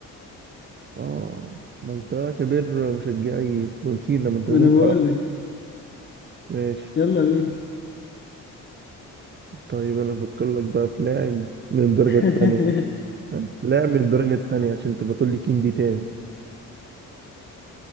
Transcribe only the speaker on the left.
ما
انا
بقول لك
يلا بينا
<laughs>